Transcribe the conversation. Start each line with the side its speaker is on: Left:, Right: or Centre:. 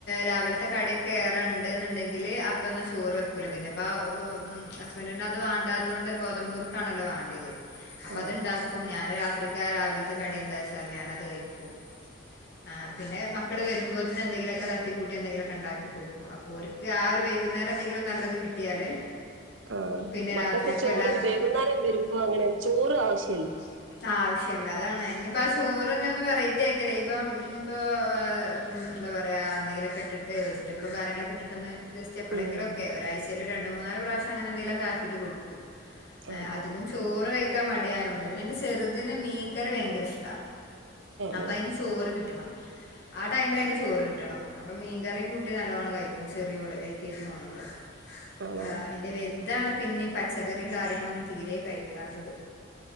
Left: രാവിലത്തെ കടിയൊക്കെ ഏറെണ്ട് ന്ന്ണ്ടെങ്കിൽ അപ്പ എന്നാ ചോറ് വെക്കൂലേ പിന്നെ അപ്പ ആ ഹസ്ബൻഡ തന്നെ അത് വാണ്ടാത്തൊണ്ട് ഗോതമ്പനൂർക്കാണല്ലോ വേണ്ടിയത് അപ്പൊ
Right: ആഹ്
Left: അത്ണ്ടാക്കും ഞാന് രാത്രിക്ക് രാവിലത്തെ കടി എന്താ വെച്ചാൽ ഞാനത് കഴിക്കും ആഹ് പിന്നെ മക്കള് വരുമ്പോ എന്തെങ്കിലുമൊക്കെ തട്ടി കൂട്ടി എന്തെങ്കിലൊക്കെ ഇണ്ടാക്കി കൊടുക്കും അപ്പോ ഓർക്ക് ആ ഒരു വൈകുന്നേരം എന്തെങ്കിലും നല്ലത് കിട്ടിയാല്-
Right: ആഹ്
Left: പിന്നെ
Right: മക്കൾക്ക്
Left: രാത്രിക്കും
Right: ചോറ്
Left: എല്ലാ
Right: വൈകുന്നേരം വരുമ്പോ അങ്ങനെ ചോറ് ആവശ്യ
Left: ആവശ്യില്ല ആഹ് വിഷ് ശ്യല്ല അതാണ് ഇനിയിപ്പം ആ ചോറന്നെ ഒന്ന് വെറൈറ്റി ആക്കിയാല്. ഇപ്പം ഇനി ഇപ്പം ആഹ് ഇം എന്താ പറയാ എന്തെങ്കിലൊക്കെ ഇട്ടിട്ട് വെജിറ്റബിളും കാര്യങ്ങളൊക്കെ ഇട്ടിട്ടൊന്ന് ജസ്റ്റ്
Right: ഉം
Left: എപ്പളെങ്കിലൊക്കെ ഒരാഴ്ച്ചേല് രണ്ട് മൂന്നാല് പ്രാവ ശ്യം അങ്ങനെന്തെങ്കിലുഒക്കെ ആക്കീട്ട് കൊടുക്കും.
Right: ആഹ്
Left: ഏഹ് അധികം
Right: ആഹ്
Left: ചോറ് കഴി ക്കാൻ മടിയായോണ്ട് പിന്നെ എന്റെ ചെറുതിന് മീൻകറി ഭയങ്കര ഇഷ്ടാ. അപ്പ
Right: ആഹ്
Left: അതിന് ചോറ് കിട്ടണം ആ ടൈമില് അതിന്
Right: ആഹ്
Left: ചോറ് കിട്ടണം. അപ്പ മീൻകറിയും കൂട്ടി നല്ലോണം കഴിക്കും ചെറിയോള് എൽ. കെ. ജി പോണവള്.
Right: ആണോ
Left: ആഹ് എന്റെ വലുതാണ് പിന്നെയും പച്ചക്കറിയും കാര്യങ്ങളൊന്നും തീരേ കഴിക്കാത്തത്